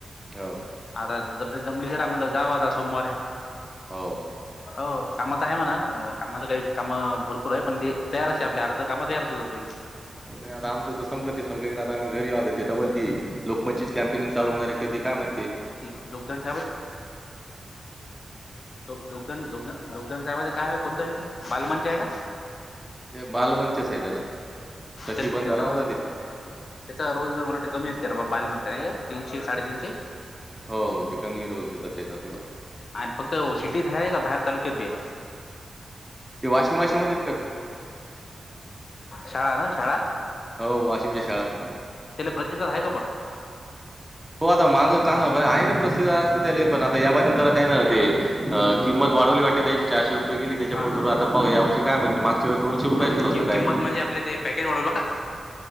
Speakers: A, in the centre; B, on the left.
A: हो
B: आता जमली जरा म्हण जाव आता सोमवार हे
A: हो.
B: हो कामात आहे म्हणा कामाला काय काम भरपूर आहे पण डेली तयार अस
A: हो
B: आपल्या अर्ध काम तयार होतं पहिले.
A: हो नाही आता आमचं तर संपलंच संपलं की आ् घरीह डबल त लकमच्चीच कॅम् चालू होणार आहे कधी का मा-
B: ती जोगदंड दोगोग दोगद दवाज काय आहे कोणत आहे त बालमंच आहे का
A: ते बालमंचच आहे त्याचा सखी
B: तेच
A: बंद
B: तेथ
A: झाला
B: ह
A: ना ते
B: त्याचा रोज मराठी कमी असते बाबा बाहेल म्हणत नाहीये तीनशे साडेतीनशे
A: हो हो ते क मी रोज देतात त्याचा थोडं
B: आणि फक्त सिटीत आहे का? बाहेर तालुक्यात बी आहे.
A: ते वॉशिंग वाशीनमध्येच
B: शाळा ना शाळा
A: हो वाशिमच्या शाळा
B: त्याले प्रतिसाद ह का पण
A: हो आता माग चांग आहे ना प्रसिद्ध असते त्याले पण आता या बाजणी
B: हो
A: जरा त्या ना ते अ किंमत वाढवली वाटे द्यायची चारशे रुपय गेली त्याच्यामुळे
B: हा हा
A: जर आता पाह या वर्षी काय म्हणं माग वेस दोनशेुपयाच
B: हो
A: होतं
B: कि
A: काय
B: किंमत
A: ते
B: म्हणजे आपले ते पॅकेज वाढवलं का?